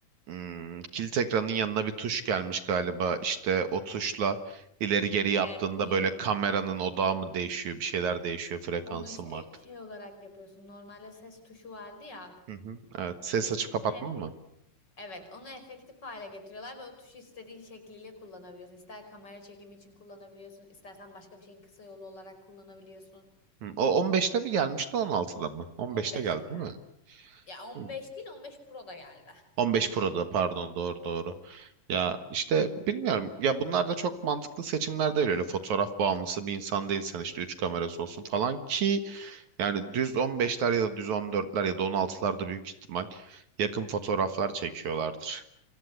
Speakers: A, on the right (about 65°); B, on the left (about 30°).
A: Hmm, kilit ekranın yanına bir tuş gelmiş galiba. İşte o tuşla ileri geri yaptığında
B: Evet, pro
A: böyle kameranın odağı mı değişiyor, bir şeyler değişiyor, frekansı
B: onun şey,
A: mı artık?
B: şey olarak yapıyorsun. Normalde ses tuşu vardı ya.
A: Hı hı. Evet, ses
B: Ses
A: açıp
B: tuşunu
A: kapatma
B: efek
A: mı?
B: Evet, onu efektif hale getiriyorlar ve o tuşu istediğin şekliyle kullanabiliyorsun. İster kamera çekimi için kullanabiliyorsun, istersen başka bir şeyin kısa yolu olarak kullanabiliyorsun.
A: Hı, O 15'te mi gelmişti, 16'da mı? 15'te
B: 15
A: geldi
B: de geldi.
A: değil
B: Ya 15
A: mi?
B: değil, 15 Pro da geldi.
A: 15 Pro'da pardon doğru doğru. Ya işte bilmiyorum ya bunlar da çok mantıklı seçimler değil öyle fotoğraf bağımlısı bir insan değilsen işte 3 kamerası olsun falan ki yani düz 15'ler ya da düz 14'ler ya da 16'larda büyük ihtimal yakın fotoğraflar çekiyorlardır.